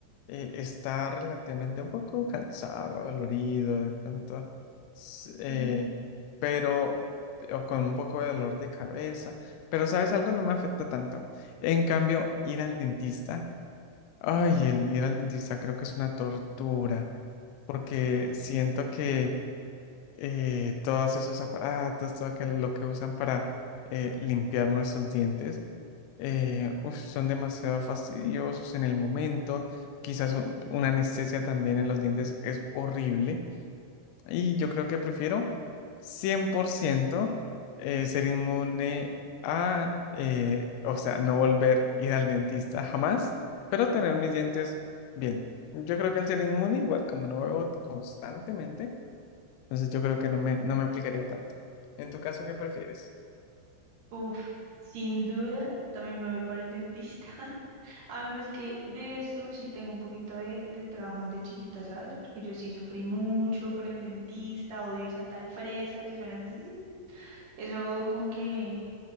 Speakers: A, on the left (about 90°); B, on the right (about 55°).
A: eh, está relativamente un poco cansado, dolorido, de pronto, s- eh,
B: Eh,
A: pero, o con un poco de dolor de cabeza, pero ¿sabes algo? No me afecta tanto. En cambio, ir al dentista, ay,
B: ujú.
A: el ir al dentista creo que es una tortura porque siento que eh, todos esos aparatos, todo aquel- lo que usan para eh, limpiar nuestros dientes, eh, uf, son demasiado fastidiosos en el momento. Quizás u- una anestesia también en los dientes es horrible. Y yo creo que prefiero 100% eh, ser inmune a, eh, o sea, no volver a ir al dentista jamás, pero tener mis dientes bien. Yo creo que al ser inmune, igual como no veo constantemente, entonces yo creo que no me, no me aplicaría tanto. En tu caso, ¿qué prefieres?
B: Uf, sin duda, también me voy por el dentista. <laughs> Además que de esto sí tengo un poquito de, de traumas de chiquita, ¿sabes? Porque yo sí sufrí mucho con el dentista, odio esa tal fresa que suena... zzzz. Eso como que